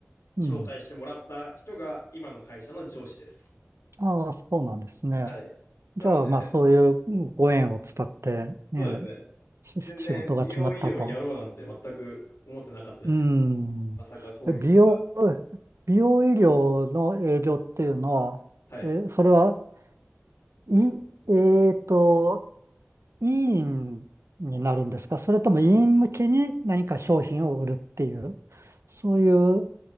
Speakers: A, on the right (about 80°); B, on the left (about 85°).
A: うん。
B: 紹介してもらった人が今の会社の上司です。
A: ああ、そうなんですね。
B: はい。
A: じゃあ、
B: なので、
A: まあ、そういうご縁を伝って、ね、
B: そうですね。
A: し仕事が決まったと。
B: 全然美容医療やろうなんて全く思ってなかったですけど、
A: うん。
B: まさかこういうことが。
A: え美容、美容医療の営業っていうのは、
B: はい。
A: え、それは、い、えっと、医院になるんですかそれとも医院向けに何か商品を売るっていう、
B: うん
A: そういう